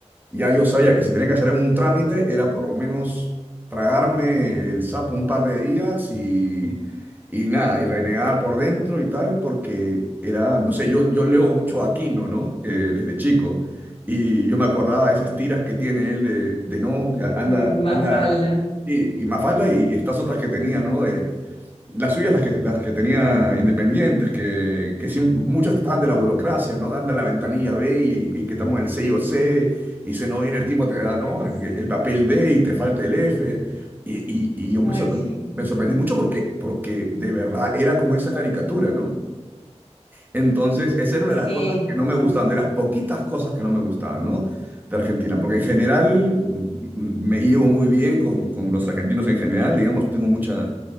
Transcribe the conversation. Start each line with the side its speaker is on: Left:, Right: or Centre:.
Right: ya yo sabía que si tenía que hacer algún trámite era por lo menos tragarme el sapo un par de días y, y nada, y renegar por dentro y tal, porque era, no sé, yo, yo leo mucho a Aquino, ¿no? Eh, desde chico. Y yo me acordaba
Left: Ujú.
Right: de esas tiras que tiene él de, de no, que
Left: <laughs>
Right: anda,
Left: Más
Right: anda,
Left: falda.
Right: y, y Mafalda y, y estas otras que tenía, ¿no? De, las suyas, las que, las que tenía independientes, que, que sí, muchas
Left: Ujú.
Right: estaban de la burocracia, ¿no? Anda a la ventanilla B y, y que estamos en el C o C, y si no viene el tipo
Left: <laughs>
Right: te da, ¿no?
Left: Sí.
Right: El, el papel D y te falta el F. Y, y- y yo me
Left: Ay,
Right: sorpre-
Left: sí.
Right: me sorprendí mucho porque, porque de verdad era como esa caricatura, ¿no? Entonces, esa era una
Left: Sí,
Right: de las cosas que no me
Left: sí,
Right: gustaban,
Left: sí.
Right: de las poquitas cosas que no me gustaban, ¿no? De Argentina, porque en general mm, mm, me llevo muy bien con, con los argentinos en general, digamos, tengo mucha